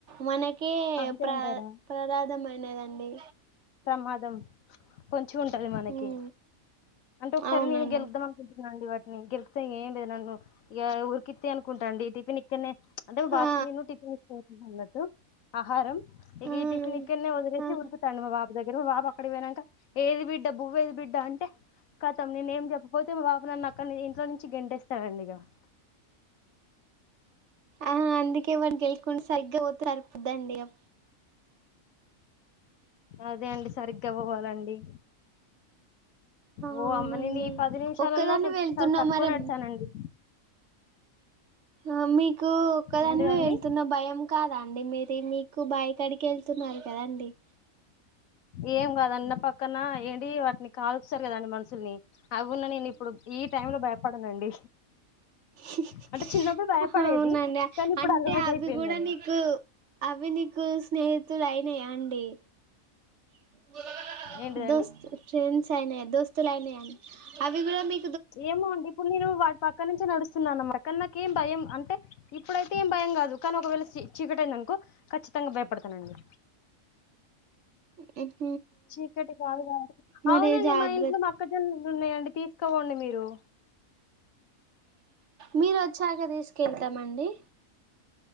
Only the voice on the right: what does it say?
మన. కే
ప్ర
ప్రదాదమైనదండి.
ఉమ్
అవునండి
ఆ
ఆ
ఆహా
ఆహా అందుకే <unintelligible> సరిపోద్దండిగా.
అవునండి
ఒక్కదాన్ని
వెళ్తున్నా
మరి
ఆ మీకు ఒక్కదానివె
ఏళ్తున్న భయం కాదా అండి మీరు.? తే మీకు బాయి కడికెళ్తున్నారు కదాండి. !
స
ఆహా అవునాండి.
!
అంటే
అవి
గూడా నీకు, అవి నీ. కు స్నేహితులైనాయా అండి.? !
దొస్తు ట్రేడ్సైనయా, దోస్తులైన అన్ అవి గూడా మీ.
ఊహ్హూ.
మరి
జాగ్రత్త
మీరు వచ్చాక తీసుకెళ్తామండి